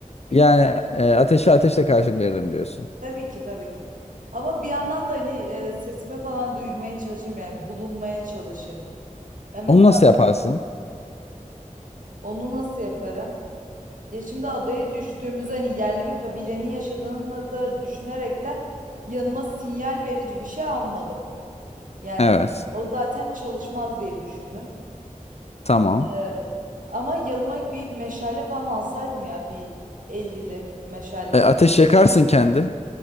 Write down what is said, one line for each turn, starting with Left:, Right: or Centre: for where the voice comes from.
Right: Günlük
Left: Yani e, ateşe ateşle karşılık veririm diyorsun.
Right: tabii ki tabii ki. Ama bir yandan da hani e, sesimi falan duyurmaya çalışırım yani bulunmaya çalışırım. Ya mesela
Left: Onu nasıl yaparsın?
Right: onu nasıl yaparım? Ya şimdi adaya düştüğümüzde hani yerli bir kabilenin yaşadığını da düşünerekten yanıma sinyal verici bir şey almadım. Yani
Left: Evet.
Right: o zaten çalışmaz diye düşündüm.
Left: Tamam.
Right: Ee, ama yanıma bir meşale falan alsaydım ya bir 50'li meşalesi.
Left: E, ateş yakarsın kendin.